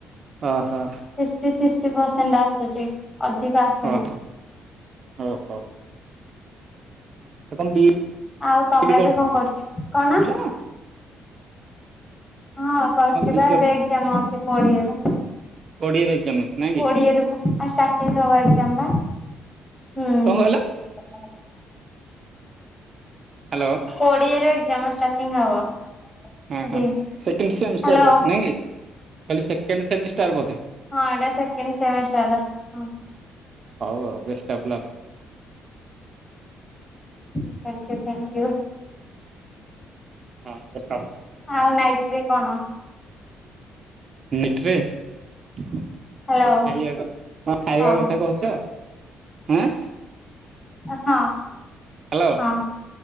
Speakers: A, on the right; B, on the left.
A: ଓ ହୋ।
B: ସିକଷ୍ଟି ସିକଷ୍ଟି ପରସେଣ୍ଟ ଆସୁଛି ଅଧିକ ଆସୁନି।
A: ଓହୋ ଓହୋ। ସେ ବି <inaudible>
B: ଆଉ ତମେ
A: ଇ ଡି
B: ଏବେ କଣ କରୁଛ କଣ?
A: କରୁଥିଲ?
B: ହଁ କରଛି
A: କଣ ବି
B: ବା
A: ଇ ଡି
B: ଏବେ ଏକ୍ଜାମ ଅଛି କୋଡିଏରେ।
A: ଓଡ଼ିଆରେ ଏକଜାମ ଅଛି। ନାଇଁ କି?
B: କୋଡିଏ ରୁ କ ଷ୍ଟାଟିଙ୍ଗ ହବ ଏଗଜାମ ନାଁ ହୁଁ।
A: ଓହୋ କଣ କହିଲ? ହ୍ୟାଲୋ।
B: କୋଡିଏ ରୁ ଏକ୍ଜାମ ଷ୍ଟାର୍ଟିଂ ହବ।
A: ହୁଁ
B: ଏଠି
A: ହୁଁ ସେକଣ୍ଡ ସେମିଷ୍ଟାର
B: ହ୍ୟାଲୋ
A: ବୋଧେ ନାଇଁ କି? କହିଲି ସେକେଣ୍ଡ ସେମିଷ୍ଟାର ବଧେ।
B: ହଁ ଏଇଟା ସେକେଣ୍ଡ ସେମିଷ୍ଟାର। ହଁ
A: ହଉ ଆଉ best of luck.
B: Thank you thank you.
A: ହଁୱେଲକମ।
B: ଆଉ ନାଇଟ ରେ କଣ?
A: ମିଟରେ। କଣ
B: ହ୍ୟାଲୋ
A: ଖାଇବା କଥା କ ଖାଇବା
B: ହଁ
A: କଥା କହୁଛଁ ଆଁ?
B: ହଁ।
A: ହ୍ୟାଲୋ
B: ହଁ